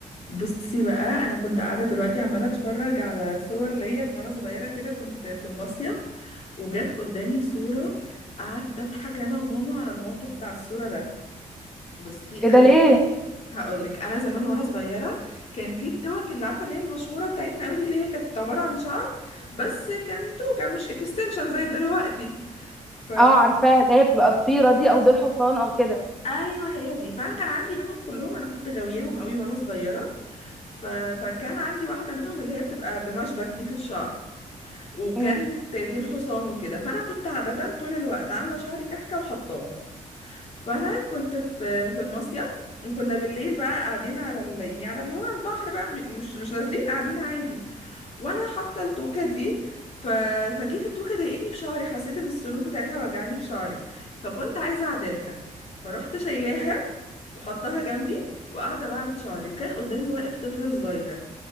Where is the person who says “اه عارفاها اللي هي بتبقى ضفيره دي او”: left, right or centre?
Centre